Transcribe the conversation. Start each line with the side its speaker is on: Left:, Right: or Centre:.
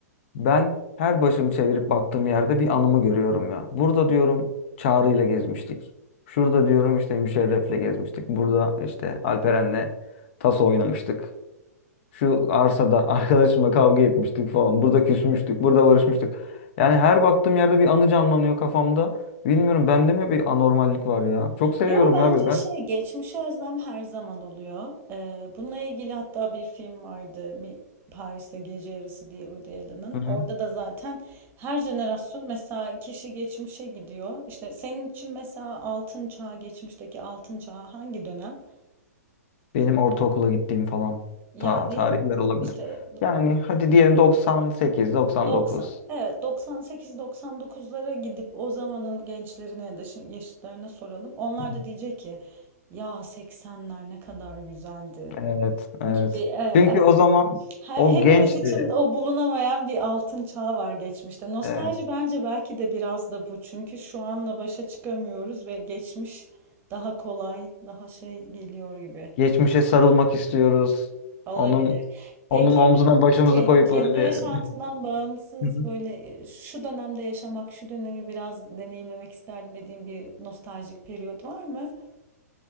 Left: ben her başımı çevirip baktığım yerde bir anımı görüyorum ya. Burada diyorum Çağrı ile gezmiştik. Şurada diyorum işte Müşerref'le gezmiştik. Burada işte Alperen'le taso oynamıştık. Şu arsada <laughs> arkadaşımla kavga etmiştik falan. Burada küsmüştük. Burada barışmıştık. Yani her baktığım yerde bir anı canlanıyor kafamda. Bilmiyorum bende mi bir anormallik var ya. Çok seviyorum
Right: Yo bence
Left: ya böyle ben.
Right: şey geçmişe özlem her zaman oluyor. Eee, bununla ilgili hatta bir film vardı Mi- Paris'te Gece Yarısı diye Woody Allen'ın.
Left: Hı hı.
Right: Orada da zaten her jenerasyon mesela kişi geçmişe gidiyor. İşte senin için mesela altın çağı geçmişteki altın çağı hangi dönem?
Left: Benim ortaokula gittiğim falan
Right: Yani
Left: ta tarihler olabilir.
Right: işte
Left: Yani hadi diyelim 98, 99.
Right: 90, evet 98-99'lara gidip o zamanın gençlerine ya da şi- yaşıtlarına soralım. Onlar
Left: Hı hı.
Right: da diyecek ki ya 80'ler ne kadar güzeldi
Left: Evet, evet.
Right: gibi. e, e,
Left: Çünkü o zaman
Right: he-
Left: o
Right: hepimiz
Left: gençti.
Right: için o bulunamayan bir altın çağ var geçmişte. Nostalji
Left: Evet.
Right: bence belki de biraz da bu. Çünkü şu anla başa çıkamıyoruz ve geçmiş daha kolay, daha şey geliyor gibi
Left: Geçmişe sarılmak istiyoruz.
Right: olabilir.
Left: Onun
Right: Peki
Left: onun omzuna başımızı
Right: Ke-
Left: koyup
Right: kendi
Left: öyle.
Right: yaşantından bağımsız
Left: Hı hı.
Right: böyle
Left: <laughs>
Right: e, şu dönemde yaşamak, şu dönemi biraz deneyimlemek isterdim dediğim bir nostaljik periyot var mı?